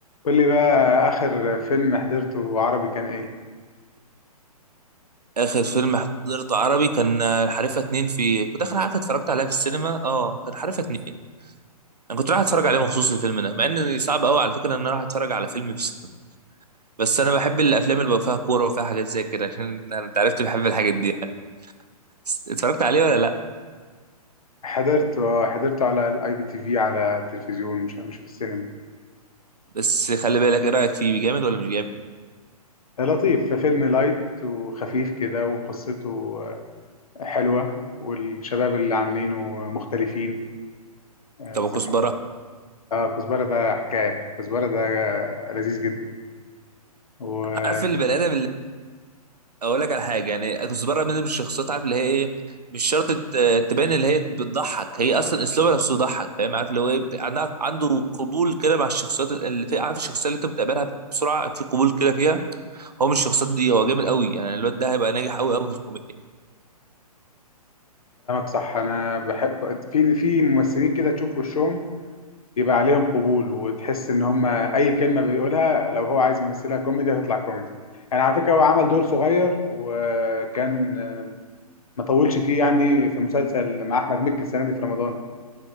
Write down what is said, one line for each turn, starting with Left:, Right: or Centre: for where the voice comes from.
Left: قول لي بقى آخر فيلم حضرته عربي كان إيه؟
Right: اخر فيلم حضرته عربي كان آه، الحريفه اتنين في كنت اخر حاجه اتفرجت عليها في السينما اه كان الحريفه اتنين انا كنت رايح اتفرج عليه مخصوص الفيلم ده مع ان صعب قوي على فكره ان انا رايح اتفرج على فيلم في السينما بس انا بحب الافلام اللي بقى فيها كوره وفيها حاجات زي كده عشان أنا- انت عرفت بحب الحاجات دي يعني بس اتفرجت عليه ولا لا
Left: حضرته حضرته على الأي بي تي في على التلفزيون مش مش في السينما
Right: بس خلي بالك ايه رايك فيه جامد ولا مش جامد
Left: لطيف في فيلم لايت وخفيف كده وقصته حلوة والشباب اللي عاملينه مختلفين آه،
Right: طب
Left: إذا
Right: كزبره
Left: كان آه كزبرة ده حكاية كزبرة ده لذيذ جدا وكلامك
Right: عارف البني ادم اقول لك على حاجه يعني كنت بره من الشخصيات عارف اللي هي ايه مش شرط ت- تبان اللي هي بتضحك هي اصلا اسلوبها نفسه يضحك فاهم عارف اللي هو ايه عندها- عنده قبول كده مع الشخصيات اللي في عارف الشخصيه اللي انت بتقابلها بسرعه في قبول كده فيها هو من الشخصيات دي هو جامد قوي يعني الواد ده هيبقى ناجح قوي قوي في الكوميديا
Left: صح أنا بحب في في ممثلين كده تشوف وشهم يبقى عليهم قبول وتحس ان هم اي كلمه بيقولها لو هو عايز يمثلها كوميدي هتطلع كوميدي يعني على فكره هو عمل دور صغير وكان آم، ما طولش فيه يعني في مسلسل مع احمد مكي السنه دي في رمضان